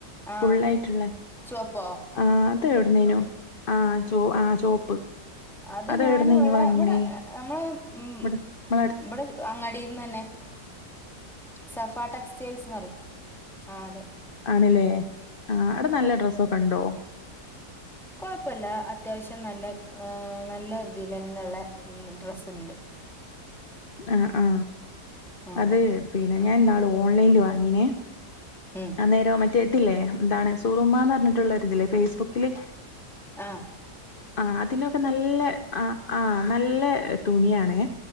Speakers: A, in the centre; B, on the left.
A: ആ
B: ഫുള്ളയിട്ടുള്ളേ
A: ചുവപ്പോ
B: ആ അത് എ പറേനോ <unintelligible> ആ ആ ചോപ്പ്
A: അത് ഞാൻ
B: എവിടുന്നേനു
A: ഇവിടെ
B: വാങ്ങീനേ
A: ഇവിടെ നമ്മള് ഉ
B: ഇവിടെ നമ്മളെ അടു
A: ഇവിടെ അങ്ങാടിന്ന് ഇ തന്നെ സഫ ടെക്സ്റ്റൽസ്ന്ന് പറയും ആ അതെ
B: ആണല്ലേ ആ അവിടെ നല്ല ഡ്രസ്സൊക്കെ ഉണ്ടോ
A: കുഴപ്പില്ല അത്യാവശ്യം നല്ല നല്ല ഇതില് ഉള്ള ഡ്രസ്സുണ്ട്
B: <inaudible> ആ ആ
A: ഉം
B: അത് പിന്നെ ഞാൻ ഇന്നാള് ഓൺലൈനിൽ വാങ്ങിനേ
A: ഉം
B: അന്നേരോ മറ്റേ ഇതില്ലേ എന്താണ് സൂറൂമ പറഞ്ഞിട്ടുള്ളരിതില്ലേ ഫേസ്ബുക്കില്
A: ആ
B: ആ അതിലൊക്കെ നല്ല ആ ആ നല്ല തുണിയണേ